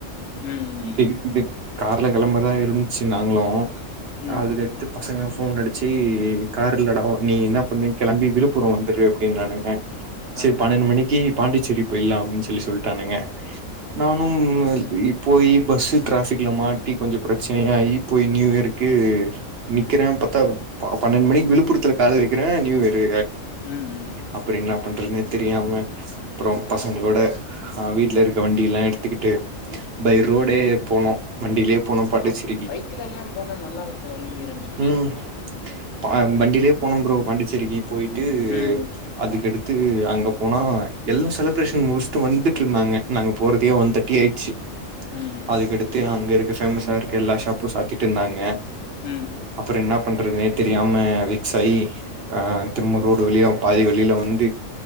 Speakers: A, on the left; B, on the right.
A: ம்
B: இப்டி கார்ல கெளம்புர்தா இருந்துச்சு நாங்களும்
A: ம்
B: அதுக்கடுத்து பசங்க ஃபோன் அடிச்சு கார்ல்லடா நீ என்ன பண்ணு கெளம்பி விழுப்புரம்
A: ம் ம்
B: வந்துரு அப்டின்னானுங்க சேர்
A: ஆ
B: பன்னெண்டு மணிக்கு பாண்டிச்சேரி போய்லாம் அப்டின் சொல்லி சொல்லிட்டானுங்க நா ம் போய் பஸ்ஸு டிராஃபிக்ல மாட்டி கொஞ்ச பிரச்சனையாயி போய் நியூயர்க்கு நிக்கிறேன் பத்தா பன்னெண்டு மணிக்கு விழுப்புரத்துல கால வெக்கிறேன் நீயூயர்ரு
A: ம் ம்
B: அப்புறோ என்ன பண்றதுனு தெரியாம அப்புறோ பசங்களோட ஆ வீட்ல இருக்க வண்டி எல்லா எடுத்துக்கிட்டு பைரோடே போனோ வண்டியிலே போனோ பாண்டிச்செரிக்கு
A: ஆ பைக்ல எல்லா போனா நல்லா இருக்குங்க நியூ இயர் அன்னைக்கு
B: உம் பா வண்டியிலே போனோம் ப்ரோ பாண்டிச்சேரிக்கு போயிட்டு
A: ம்
B: அதுக்கடுத் த்து அங்க போனா எல்லா செலப்ரேஷன் முஸ்ட்டு வந்ட்ருந்தாங்க நாங்க போறக்கே ஒன் தேர்ட்டி ஆயிட்ச்சு
A: ம்
B: அதுக்கடுத்து அங்கருக்க பேஃமஸா இருக்க எல்லா ஷாப்பும் சாத்திட்ருந்தாங்க
A: ம்
B: அப்புற என்ன பண்றதுனே தெரியாம விக்சாயி அ திரும்ப ரோடு வழியா பாதி வழியில வந்து